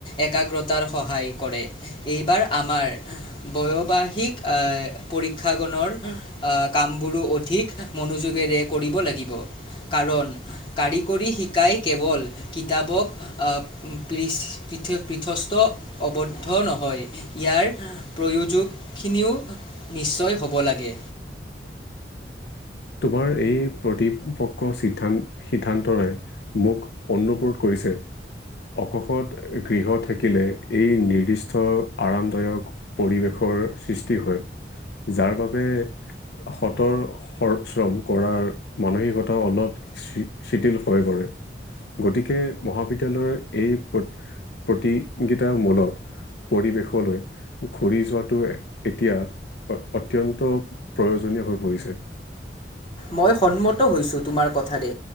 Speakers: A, on the left; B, on the left.
A: একাগ্ৰতাৰ সহায় কৰে, এইবাৰ আমাৰ বয়বাহিক আহ পৰীক্ষা গণৰ আহ কাম বোৰো অধিক মনোযোগেৰে কৰিব লাগিব। কাৰণ কাৰিকৰী শিকাই কেৱল কিতাপক আহ পৃথ পৃথস্থ আবদ্ধ নহয় ইয়াৰ প্ৰয়োজক খিনিও নিশ্চয় হ'ব লাগে।
B: তোমাৰ এই প্ৰতিপক্ সিদ্ধান্তৰে মোক অনুপ্ৰট কৰি পিছে অকশত গৃহ থাকিলে এই নিৰ্দিষ্ট আৰামদায়ক পৰিৱেশৰ সৃষ্টি হয়। যাৰ বাবে সত সৰ্পশ্ৰম কৰাৰ মানসিকতা অলপ শিথিল হৈ পৰে। গতিকে মহাবিদ্যালয়ৰ এই প্ৰতিগিতামূলক পৰিৱেশলৈ ঘূৰি যোৱাটো এতিয়া অত্যন্ত প্ৰয়োজনীয় হৈ পৰিছে।
A: মই সন্মত হৈছো তোমাৰ কথাতে,